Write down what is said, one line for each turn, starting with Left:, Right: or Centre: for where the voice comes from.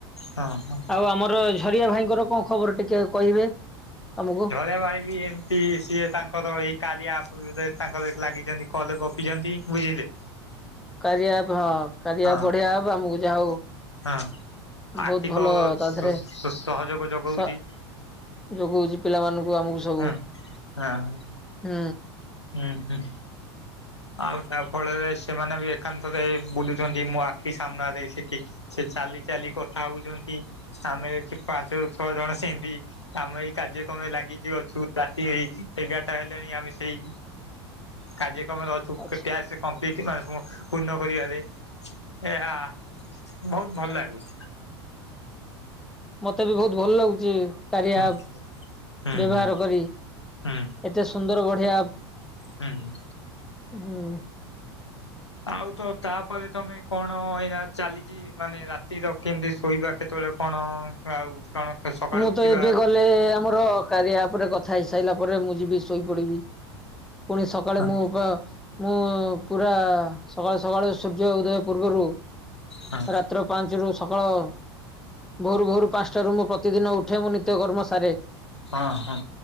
Left: ହଁ ହଁ।
Centre: ଆଉ ଆମର ଝରିଆ ଭାଇଙ୍କର କଣ ଖବର ଟିକେ କହିବେ ଆମକୁ।
Left: ଝରିଆ ଭାଇ ବି ଏମିତି ସିଏ ତାଙ୍କର ଏଇ କାରିଆ ଆପ୍ ରେ ତାଙ୍କର ଲାଗିଛନ୍ତି। କଲ୍ ରେ ଗପିଛନ୍ତି ବୁଝିଲେ।
Centre: କାରିଆ ହଁ କାରିଆ
Left: ହଁ
Centre: ବଢିଆ ଆପ୍ ଆମକୁ ଯାହା ହଉ।
Left: ହଁ ଆର୍ଥିକ
Centre: ବହୁତ ଭଲ ତା
Left: ସ
Centre: ଦେହରେ
Left: ସହଯୋଗ ଯୋଗଉଛି।
Centre: ସ ଯୋଗଉଛି ପିଲାମାନଙ୍କୁ ଆମକୁ। ସବୁ
Left: ହଁ ହଁ।
Centre: ହୁଁ।
Left: ହୁଁ ହୁଁ। ଆଉ ତା ଫଳରେ ସେମାନେ ବି ଏକାନ୍ତରେ ବୁଲୁଛନ୍ତି ମୋ ଆଖି ସାମ୍ନାରେ ସେଠି। ସେ ଚାଲି ଚାଲି କଥା ହଉଛନ୍ତି ଆମେ ଏଠି ପାଞ୍ଚରୁ ଛଅ ଜଣ ସେମିତି। ଆମେ ଏଇ କାର୍ଯ୍ୟକ୍ରମ ଲାଗିକି ଅଛୁ ରାତି ଏଇ ଏଗାରଟା ହେଲେଣି ଆମେ ସେଇ କାର୍ଯ୍ୟକ୍ରମ ରେ ଅଛୁ
Centre: ଆଚ୍ଛା।
Left: କେ କେ ଆରସି। କମ୍ପ୍ଲିଟି ମାନେ ପୂର୍ଣ୍ଣ କରିବାରେ ଏହା ବହୁତ ଭଲ ଲାଗୁଛି।
Centre: ମତେ ବି ବହୁତ ଭଲ ଲାଗୁଛି କାରିଆ
Left: ହୁଁ
Centre: ବ୍ୟବହାର
Left: ହୁଁ ହୁଁ
Centre: କରି।
Left: ହୁଁ
Centre: ଏତେ ସୁନ୍ଦର ବଢିଆ ଆପ୍
Left: ହୁଁ।
Centre: ହୁଁ।
Left: ଆଉ ତ ତାପରେ ତମେ କଣ ଏଇା ଚାଲିଛି। ମାନେ ରାତି ତ କେମିତି ଶୋଇବା କେତେବେଳେ କଣ ଆଉ କଣ? ସକାଳୁ
Centre: ମୁଁ
Left: ଉଠିବା
Centre: ତ ଏବେ ଗଲେ ଆମର କାରିଆ ଆପ୍ ରେ କଥା ହେଇସାରିଲା ପରେ ମୁଁ ଯିବି ଶୋଇପଡିବି। ପୁଣି ସକାଳେ
Left: ହଁ
Centre: ମୁଁ ମ ମୁଁ ପୁରା ସକାଳୁ ସକାଳୁ ସୂର୍ଯ୍ୟ ଉଦୟ ପୂର୍ବରୁ।
Left: ହଁ
Centre: ରାତ୍ର ପାଞ୍ଚ ରୁ ସକାଳ ଭୋରୁ ଭୋରୁ ପାଞ୍ଚଟାରୁ ମୁଁ ପ୍ର ପ୍ରତିଦିନ ଉଠେ ମୁଁ ନିତ୍ୟ କର୍ମ ସାରେ।
Left: ହଁ ହଁ।